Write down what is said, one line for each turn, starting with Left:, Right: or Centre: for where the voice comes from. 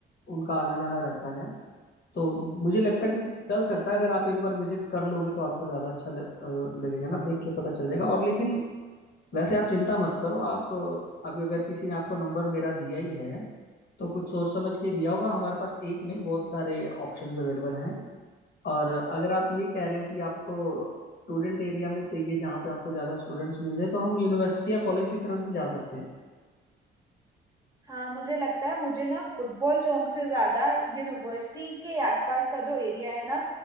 Left: उनका आना जाना रहता है तो मुझे लगता है कि चल सकता है अगर आप एक बार विजिट कर लोगे तो आपको ज़्यादा अच्छा ल- अ, लगेगा ना देख के पता चल जाएगा और लेकिन वैसे आप चिंता मत करो आप अ, अभी अगर किसी ने आपको नंबर मेरा दिया ही है तो कुछ सोच समझ के ही दिया होगा हमारे पास एक नहीं बहुत सारे ऑप्शंस अवेलेबल हैं और अगर आप ये कह रहे हो कि आपको स्टूडेंट एरिया में चाहिए जहाँ पे आपको ज़्यादा स्टूडेंट्स मिल जाए तो हम यूनिवर्सिटी या कॉलेज की तरफ भी जा सकते हैं
Right: हाँ मुझे लगता है मुझे ना फुटबॉल चौक से ज्यादा यूनिवर्सिटी के आसपास का जो एरिया है ना